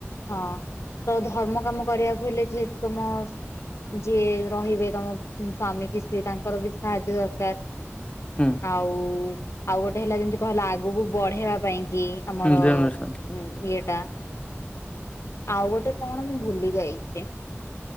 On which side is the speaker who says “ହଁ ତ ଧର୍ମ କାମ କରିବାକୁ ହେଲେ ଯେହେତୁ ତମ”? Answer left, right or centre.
Left